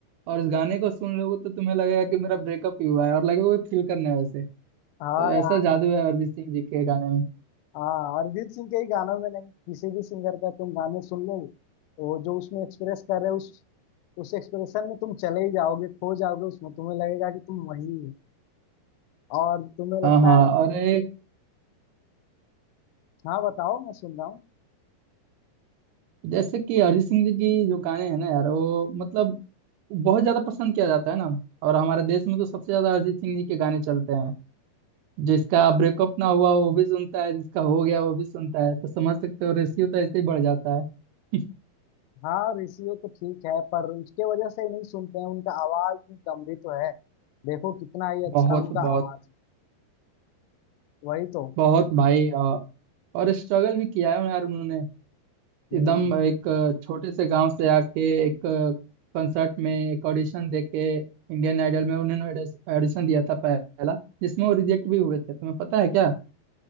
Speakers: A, on the right; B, on the left.
A: और उस गाने को सुन लोगे तो तुम्हें लगेगा कि मेरा ब्रेकअप ही हुआ है और लगेगा कोई फील करना है वैसे तो
B: हाँ
A: ऐसा
B: यार
A: जादू है अरिजीत सिंह जी के गाने में
B: हाँ अरिजीत सिंह के ही गानों में नहीं किसी भी सिंगर का तुम गाने सुन लो वो जो उसमें एक्सप्रेस कर रहे हो उस उस एक्सप्रेशन में तुम चले ही जाओगे खो जाओगे उसमें तुम्हें लगेगा कि तुम वही हो और तुम्हें लगता
A: हाँ हाँ
B: है
A: और एक
B: हाँ बताओ मैं सुन रहा हूँ
A: जैसे कि अरिजीत सिंह जी की जो गाने हैं ना यार वो मतलब बहुत ज्यादा पसंद किया जाता है ना और हमारे देश में तो सबसे ज्यादा अरिजीत सिंह जी के गाने चलते हैं जिसका ब्रेकअप ना हुआ वो भी सुनता है जिसका हो गया वो भी सुनता है तो समझ सकते हो रेशियो तो ऐसे ही बढ़ जाता है <laughs>
B: हाँ ऋषि हो तो ठीक है पर उसके वजह से ही नहीं सुनते हैं उनका आवाज भी गंभीर तो है देखो कितना ही अच्छा
A: बहुत
B: उनका
A: बहुत
B: आवाज है। वही तो
A: बहुत भाई अ, और स्ट्रगल भी किया है यार उन्होंने
B: हम्म।
A: एकदम एक छोटे से गांव से आके एक कंसर्ट में एक ऑडिशन दे के इंडियन आइडल में उन्होंने ऑडिशन दिया था पहला जिसमें वो रिजेक्ट भी हुए थे तुम्हें पता है क्या